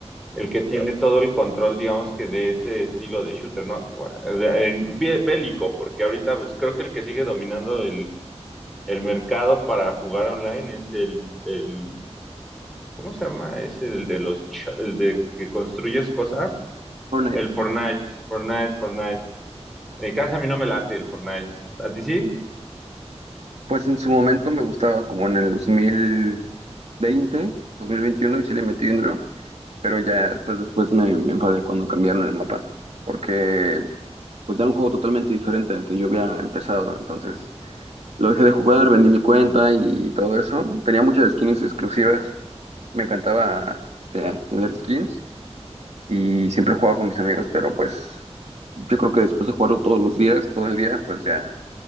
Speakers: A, in the centre; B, on the right.
A: el que tiene todo el control, digamos que de ese estilo de shooter, ¿no? Bueno, eh, bé- bélico, porque ahorita pues creo que el que sigue dominando el, el mercado para jugar online es el, el ¿Cómo se llama ese del de los cha- el de que construyes cosas?
B: Fortnite.
A: El Fortnite, Fortnite, Fortnite. En casa a mí no me late el Fortnite. ¿A ti sí?
B: Pues en su momento me gustaba como en el 2020, 2021 y sí le metí dinero, pero ya pues después me, me enfadé cuando cambiaron el mapa, porque pues era un juego totalmente diferente al que yo había empezado, entonces Lo dejé de jugar, vendí mi cuenta y todo eso. Tenía muchas skins exclusivas. Me encantaba este, tener skins y siempre jugaba con mis amigos, pero pues yo creo que después de jugarlo todos los días, todo el día, pues ya